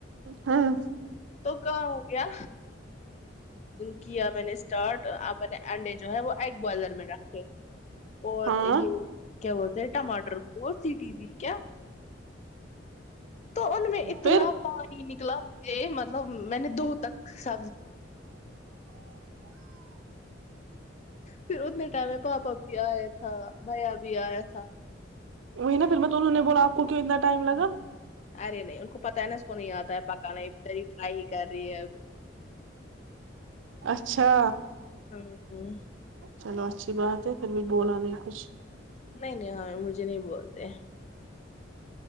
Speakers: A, on the right; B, on the left.
A: ہاں
B: تو کہاں ہو گیا کیا میں نے اسٹارٹنے انڈے جو ہے وہ ایگ بوائلر میں رکھے اور
A: ہاں
B: یہ کیا بولتے ہیں ٹماٹر کو سیٹی دی کیا تو ان میں اتنا
A: پھر
B: نہیں نکلا مجھے مطلب میں نے دو تک سبز پھر اتنے ٹائم میں پاپا بھی آیا تھا بھیا بھی آیا تھا
A: وہی نا پھر میں انہوں نے بولا آ کو کیوں اتناٹائمگا
B: ارے نہیں ان کو پتہ ہے نا اس کو نہیں آتا ہے پکاناری ٹرائی ہی کر رہی ہے
A: اچھا
B: ہاں
A: چلو اچھی بات ہے پھر بھی بولا نہیں کچھ
B: نہیں نہیں ہاں مجھے نہیں بولتے